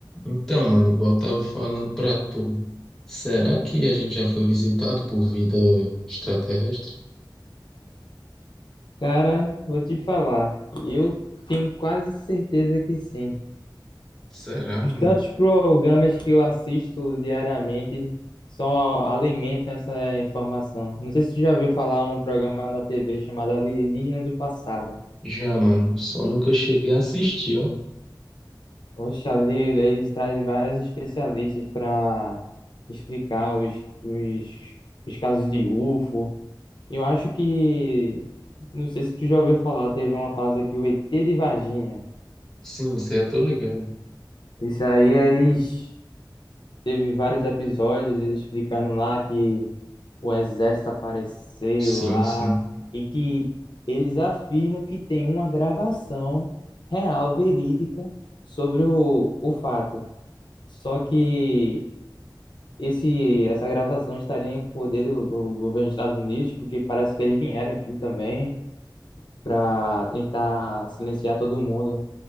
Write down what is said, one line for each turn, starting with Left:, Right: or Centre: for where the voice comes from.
Centre: Então, mano, igual eu tava falando pra tu, será que a gente já foi visitado por vida extraterrestre?
Left: Cara, vou te falar. Eu tenho quase certeza que sim.
Centre: Será, mano?
Left: Os tantos programas que eu assisto diariamente só alimentam essa informação. Não sei se tu já viu falar um programa na TV chamado Alienígena do Passado.
Centre: Já, mano, só nunca cheguei a assistir, ó.
Left: Oxe, ali eles trazem vários especialistas para explicar os, os, os casos de UFO. Eu acho que, não sei se tu já ouviu falar, teve uma causa aqui, o ET de Varginha.
Centre: Sim, isso aí eu tô ligado.
Left: Isso aí eles Teve vários episódios eles explicando lá que o exército apareceu
Centre: Sim,
Left: lá
Centre: sim.
Left: e que eles afirmam que tem uma gravação real, verídica, sobre o, o fato. Só que esse, essa gravação estaria em poder do, do governo dos Estados Unidos, porque parece que eles vieram aqui também para tentar silenciar todo mundo.